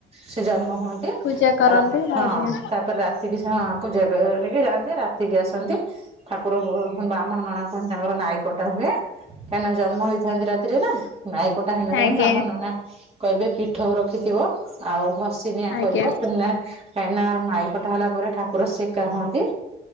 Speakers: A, on the right; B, on the left.
A: ସେ ଜନ୍ମ ହୁଅନ୍ତି।
B: ପୂଜା କରନ୍ତି
A: ତା ହଁ
B: ଆଜ୍ଞା
A: ତାପରେ ରାତି ବି ସେମାନେ ଆ ପୂଜା କରିବାକୁ ନେଇକି ଯାଆନ୍ତି ରାତିକି ଆସନ୍ତି। ଠାକୁରଙ୍କୁ ବ୍ରାହ୍ମଣ ନନା କୁହନ୍ତି ତାଙ୍କର ନାଇ କଟା ହୁଏ। କାହିଁକିନା ଜନ୍ମହେଇଥାନ୍ତି ରାତିରେ ନା ନାଇକଟା ହେଲେ ଯାଇଁ
B: ଆଜ୍ଞା
A: ବ୍ରାହ୍ମଣ ନନା କହିବେ ପିଠଉ ରଖିଥିବ ଆଉ ଘଷି ନିିଆଁ
B: ଆଜ୍ଞା
A: କରିବ ପୁଣି ନି କାହିଁକି ନା ନାଇ କଟା ହେଲା ପରେ ଠାକୁର ସେକା ହୁଅନ୍ତି